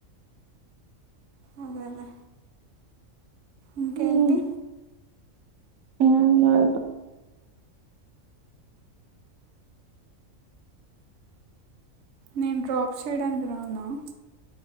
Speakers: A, on the right (about 60°); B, on the right (about 85°).
A: అదేలే ఇంకేంటి
B: ఉమ్, ఏం లేదు
A: నేను డ్రాప్ చేయడానికి రామన్